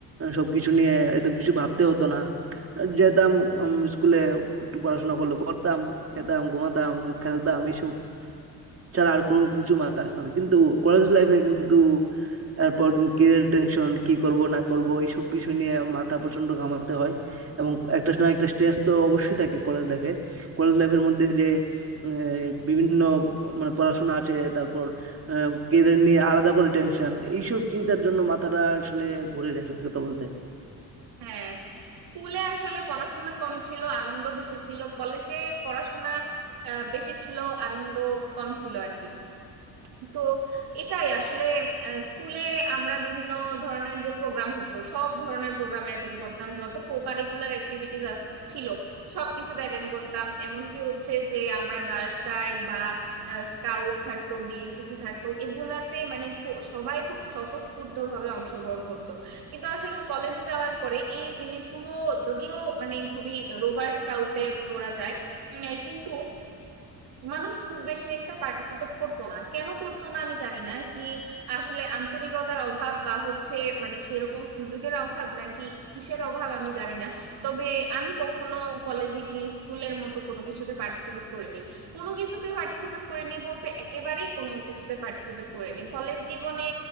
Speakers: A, on the right; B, on the right.
A: সব কিছু নিয়ে এত কিছু ভাবতে হতো না যেতাম উম, স্কুলে একটু পড়াশোনা করলে করতাম খেতাম ঘুমাতাম খেলতাম এইসব ছাড়া আর কোনো কিছু মাথায় আসতো না কিন্তু কলেজ লাইফে কিন্তু এরপর কিন্তু ক্যারিয়ার টেনশন কি করব না করব এইসব বিষয় নিয়ে মাথা প্রচন্ড ঘামাতে হয় এবং একটা না একটা স্ট্রেস তো অবশ্যই থাকে কলেজ লাইফে কলেজ লাইফের মধ্যে যে আহ, বিভিন্ন মানে পড়াশোনা আছে তারপর ক্যারিয়ার নিয়ে আলাদা করে টেনশন এইসব চিন্তার জন্য মাথাটা আসলে ঘুরে যায় সত্যি কথা বলতে
B: হ্যাঁ স্কুলে আসলে পড়াশোনা কম ছিল আনন্দ বেশি ছিল কলেজে পড়াশোনা আহ, বেশি ছিল আনন্দ কম ছিল আর কি তো এটাই আসলে আহ, স্কুলে আমরা বিভিন্ন ধরনের যে প্রোগ্রাম হতো সব ধরনের প্রোগ্রামে অ্যাটেন্ড করতাম যত কো কারিকুলার অ্যাক্টিভিটিস ছিল সব কিছুতে অ্যাটেন্ড করতাম এমনকি হচ্ছে যে আমরা গার্লস গাইড বা স্কাউট থাকতো বিএনসিসি থাকতো এগুলাতে মানে খু- সবাই খুব স্বতঃস্ফূর্ত ভাবে অংশগ্রহণ করতো কিন্তু আসলে কলেজে যাওয়ার পরে এই জিনিসগুলো যদিও মানে খুবই রোভার স্কাউটে ওরা যায় উম, কিন্তু মানুষ খুব বেশি একটা পার্টিসিপেট করতো না কেন করতো না আমি জানি না কি আসলে আন্তরিকতার অভাব বা হচ্ছে মানে সেরকম সুযোগের অভাব নাকি কিসের অভাব আমি জানি না তবে আমি কখনো কলেজে কি স্কুলের মতো কোনো কিছুতে পার্টিসিপেট করিনি কোনো কিছুতে পার্টিসিপেট করিনি বলতে একেবারেই কোনো কিছুতে পার্টিসিপেট করিনি কলেজ জীবনে